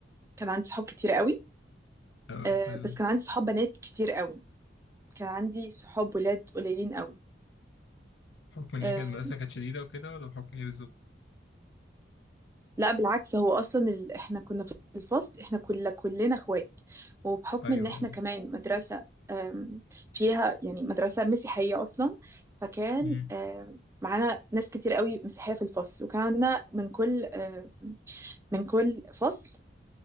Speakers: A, on the right; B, on the left.
A: كان عندي صحاب كتير قوي
B: اه
A: آه،
B: فعلا
A: بس كان عندي صحاب بنات كتير قوي كان عندي صحاب ولاد قليلين قوي
B: بحكم ان
A: آه،
B: هي كانت المدرسة كانت شديدة وكده ولا بحكم ايه بالظبط؟
A: لا بالعكس هو اصلا ال... احنا كنا في الفصل احنا كل كلنا اخوات وبحكم
B: ايوه
A: ان احنا
B: اه
A: كمان مدرسة آم، فيها يعني مدرسة مسيحية اصلا فكان
B: امم
A: آم، معانا ناس كتير قوي مسيحية في الفصل وكان عندنا من كل آم، من كل فصل